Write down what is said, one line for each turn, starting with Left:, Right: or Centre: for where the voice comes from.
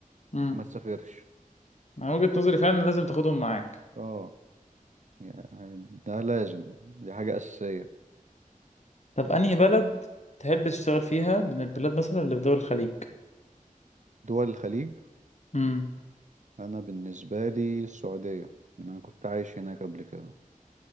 Left: امم
Right: يا ما تسافرش
Left: انا وجهة نظري فعلا لازم تاخدهم معاك
Right: اه يعني ده لازم دي حاجة أساسية
Left: طب انهي بلد تحب تشتغل فيها من البلاد مثلا اللي في دول الخليج
Right: دول الخليج
Left: امم
Right: أنا بالنسبة لي السعودية أنا كنت عايش هناك قبل كده